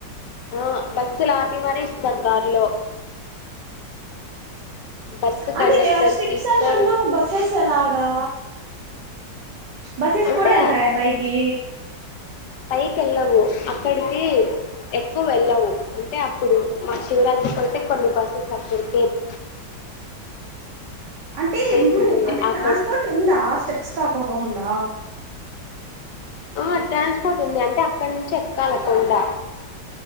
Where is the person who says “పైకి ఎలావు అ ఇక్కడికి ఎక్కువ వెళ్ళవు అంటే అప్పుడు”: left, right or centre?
Left